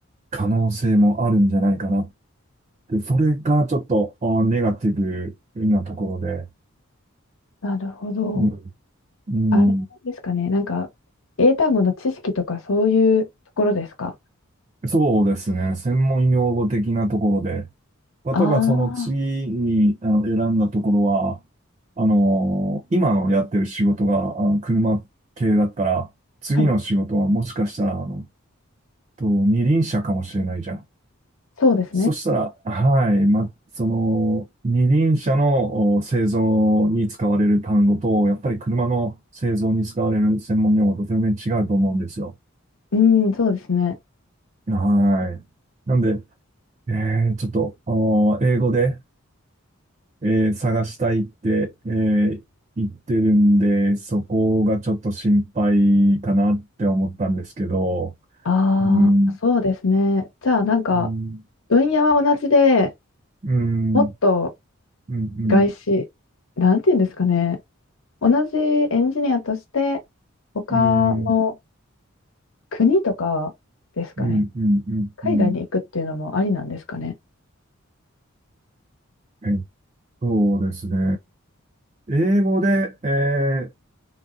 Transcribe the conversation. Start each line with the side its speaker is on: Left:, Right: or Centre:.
Right: 可能性もあるんじゃないかなって、それがちょっと、あー、ネガティブなところで、
Left: なるほど。
Right: うんうん
Left: あれですかね。なんか、英単語の知識とかそういうところですか
Right: そうですね。専門用語的なところで。例えばその次にあの選んだところは、
Left: ああ
Right: あの、今のやってる仕事があの車系だったら、次の仕事はもしかしたら、
Left: ー、はい。
Right: あの、と二輪車かもしれないじゃん。
Left: そうですね。
Right: そしたら、はい、ま、その、二輪車のお製造に使われる単語と、やっぱり車の製造に使われる専門用語と全然違うと思うんですよ。
Left: うん、そうですね。
Right: はい。なんで、えー、ちょっと、あのー英語で、えー探したいって、えー言ってるんで、そこがちょっと心配かなって思ったんですけど、
Left: ああ、
Right: うん、
Left: そうですね。じゃあ、なんか、
Right: うん、
Left: 分野は同じで、
Right: うん、
Left: もっと
Right: うん、うん、
Left: 外資、なんていうんですかね。同じエンジニアとして、他の
Right: うん、
Left: 国とかですかね。
Right: うん、うん、うん、
Left: 海外に行くっていうのもありなんですかね。
Right: うんえそうですね。英語で、え